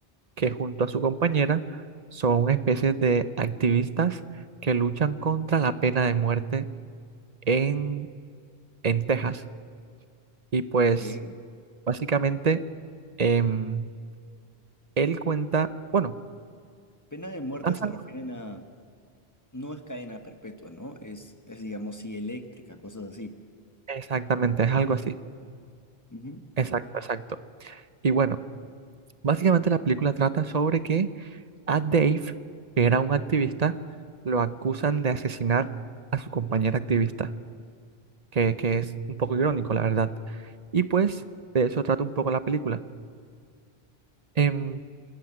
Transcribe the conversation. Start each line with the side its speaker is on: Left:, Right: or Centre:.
Right: que junto a su compañera son una especie de activistas que luchan contra la pena de muerte en, en Texas. Y pues
Left: Ok.
Right: Básicamente, em, él cuenta, bueno,
Left: Pena de muerte
Right: pasa-
Left: se refieren a, no es cadena perpetua, ¿no? Es, es digamos, sí, eléctrica, cosas así.
Right: exactamente, es algo así.
Left: Ujú.
Right: Exacto, exacto. Y bueno, básicamente la película trata sobre que a Dave, que era un activista, lo acusan de asesinar a su compañera activista, que, que es un poco irónico, la verdad. Y pues de eso trata un poco la película. Em,